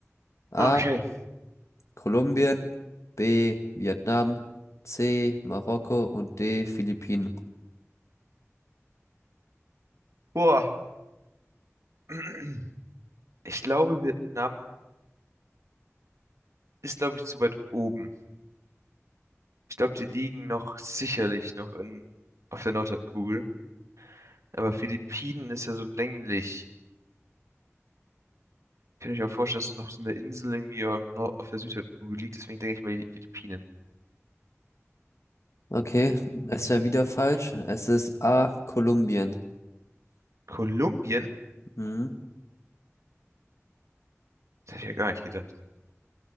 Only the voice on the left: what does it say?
A.
Kolumbien, B. Vietnam, C. Marokko und D. Philippinen.
Okay, es wäre wieder falsch. Es ist A. Kolumbien.
Mhm.